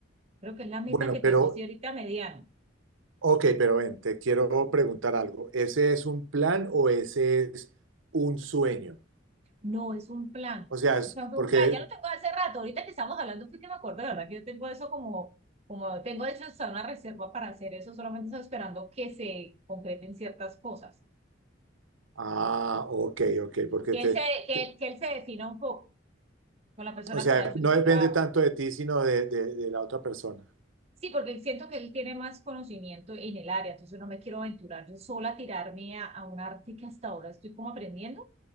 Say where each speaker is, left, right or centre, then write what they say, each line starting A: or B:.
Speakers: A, on the right; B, on the right.
A: Creo que es la meta
B: Bueno,
A: que tengo
B: pero
A: así ahorita a mediano.
B: Ok, pero ven, te quiero preguntar algo. ¿Ese es un plan o ese es un sueño?
A: No, es un plan.
B: O sea, es
A: O sea, fue
B: porque...
A: un plan. Ya lo tengo hace rato. Ahorita que estamos hablando, fue que me acuerdo, la verdad, que yo tengo eso como, como, tengo de hecho hasta una reserva para hacer eso. Solamente estoy esperando que se concreten ciertas cosas.
B: Ah, ok, ok, porque
A: Que
B: te,
A: él se, que,
B: te-
A: que él se defina un poco con la persona
B: O sea,
A: que va a hacer
B: no
A: ese
B: depende
A: trabajo.
B: tanto de ti, sino de, de- de la otra persona.
A: Sí, porque siento que él tiene más conocimiento en el área, entonces no me quiero aventurar yo sola a tirarme a, a un arte que hasta ahora estoy como aprendiendo.